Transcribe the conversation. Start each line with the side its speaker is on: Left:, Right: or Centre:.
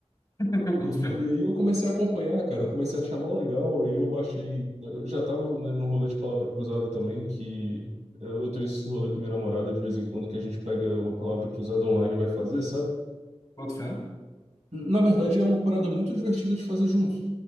Left: <laughs> Eu
Right: E
Left: Boto fé.
Right: aí eu comecei a acompanhar, cara, eu comecei a achar mó legal, e eu baixei, eu já tava, né, no rolê de palavra cruzada também, que eu eu tenho esse rolê com minha namorada de vez em quando, que a gente pega uma palavra cruzada online e vai fazer, sabe?
Left: Boto fé.
Right: Na verdade é uma parada muito divertida de fazer junto.